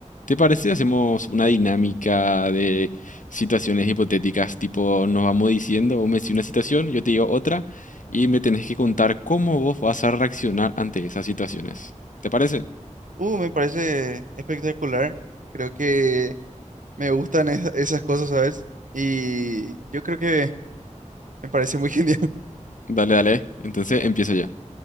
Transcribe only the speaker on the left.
¿Te parece? si Hacemos una dinámica de situaciones hipotéticas, tipo nos vamos diciendo, vos me decís una situación, yo te digo otra, y me tenés que contar cómo vos vas a reaccionar ante esas situaciones. ¿Te parece?
Dale, dale. Entonces empiezo yo.